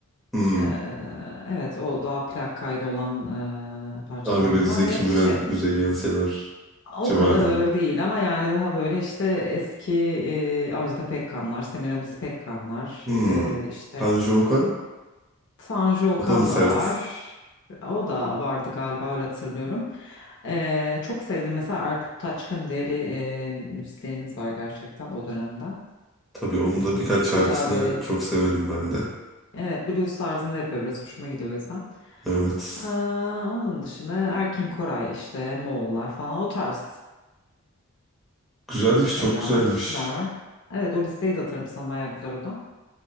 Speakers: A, in the centre; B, on the left.
A: Hmm.
B: Ee, evet o daha plak kaydı olan e, parçalar
A: Daha böyle
B: bunlar
A: Zeki
B: ve
A: Müren,
B: şey
A: Müzeyyen Senar
B: O
A: civarı
B: kadar ağır
A: mı?
B: değil ama yani daha böyle işte eski e, Ajda Pekkanlar, Semiramis Pekkanlar,
A: Hmm.
B: e, işte
A: Tanju Okan?
B: Tanju Okan
A: O da mı sert?
B: da var. O da vardı galiba öyle hatırlıyorum. E, çok sevdiğim mesela Erkut Taçkın diye bir e, müzisyenimiz var gerçekten o dönemden.
A: Tabii onun
B: E,
A: da birkaç şarkısını
B: güzel böyle.
A: çok severim ben de.
B: Evet blues tarzında yapıyor biraz hoşuma gidiyor o yüzden.
A: Evet.
B: Aa, onun dışında Erkin Koray işte Moğollar falan o tarz.
A: Güzelmiş,
B: gru- şeyler
A: çok güzelmiş.
B: var, kişiler var. Evet o listeyi de atarım sana bayağı güzel o da.